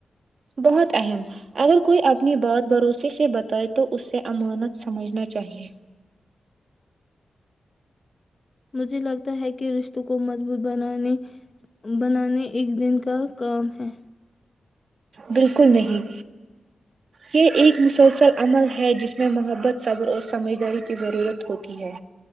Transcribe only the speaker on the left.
مجھے لگتا ہے کہ رشتوں کو مضبوط بنانی بنانے ایک دن کا کام ہے